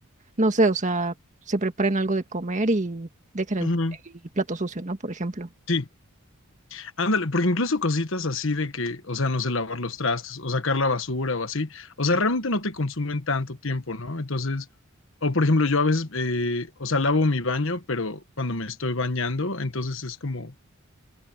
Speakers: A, on the right; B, on the left.
A: no sé, o sea, se preparen algo de comer y dejen el,
B: Ujú,
A: el plato sucio, ¿no? Por ejemplo.
B: Sí. Ándale, porque incluso cositas así de que, o sea, no sé, lavar los trastes o sacar la basura o así, o sea, realmente no te consumen tanto tiempo, ¿no? Entonces, o por ejemplo, yo a veces, eh, o sea, lavo mi baño, pero cuando me estoy bañando, entonces es como,